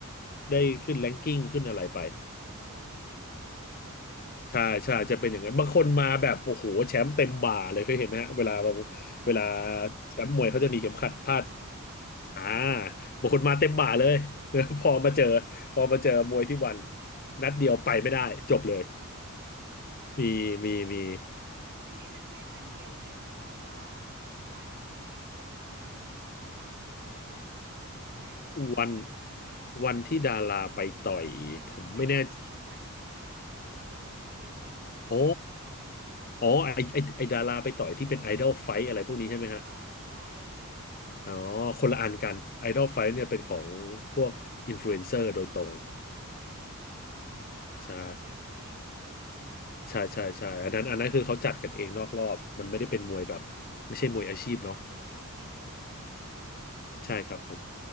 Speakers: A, on the left (about 40°); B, on the right (about 50°).
A: ได้ขึ้นแรงกิ้งขึ้นอะไรไป
B: แล้วชื่อก็ติดอันดับอย่างนั้น
A: ใช่ใช่จะเป็นอย่างนั้นบางคนมาแบบโอ้โหแชมป์เต็มบ่าเลยเคยเห็นไหมฮะเวลาเรา
B: ค่ะ
A: เวลาแชมป์มวยเขาจะมีเข็มขัดพาด
B: มีสายเข็มขัด
A: อ่าบางคนมาเต็มบ่าเลย
B: อืม
A: <laughs>
B: อือหือ
A: พอมาเจอพอมาเจอมวยที่วันนัดเดียวไปไม่ได้จบเลย
B: อ่า
A: มีมีมี
B: อันนี้มันใช่วันเดียวกับที่แบบว่าวันที่พวกดาราเขาเคยไปต่อยป่ะคะใช่อันเดียวกันไหม
A: วันวันที่ดาราไปต่อยผมไม่แน่
B: เออมันใช่แบบชื่อวันอันเดียวกันป่ะชื่อชื่อไอ้โปรแกรม
A: โอ้อ๋อไอไอไอดาราไปต่อยที่เป็นไอดอลไฟอะไรพวกนี้ใช่ไหมฮะ
B: อ่าใช่อะไรอย่างเงี้ย
A: อ๋อคนละอันกันไอดอลไฟเนี่ยเป็นของพวกอินฟลูเอนเซอร์โดยตรง
B: อ๋อเหมือนเอาแค่เรตติ้ง
A: ใช่ใช่ใช่ใช่อันนั้นอันนั้นคือเขาจัดกันเองนอกรอบ มันไม่ได้เป็นมวยแบบไม่ใช่มวยอาชีพเนาะ
B: อันนี้คือเป็นมืออาชีพเลยใช่ป่ะคะเป็นแบบอาชีพเลย
A: ใช่ครับผม